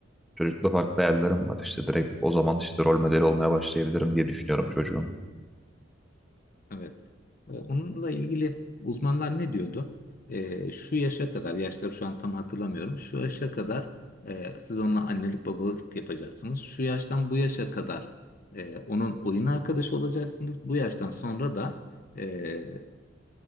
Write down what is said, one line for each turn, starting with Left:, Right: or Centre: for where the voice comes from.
Centre: çocukta farklı hayallerim var. İşte direkt o zaman işte rol modeli olmaya başlayabilirim diye düşünüyorum çocuğun.
Left: Evet. Ee, Onunla ilgili uzmanlar ne diyordu? Ee, şu yaşa kadar, yaşları şu an tam hatırlamıyorum. Şu yaşa kadar e, siz onunla annelik babalık yapacaksınız. Şu yaştan bu yaşa kadar e, onun oyun arkadaşı olacaksınız. Bu yaştan sonra da e,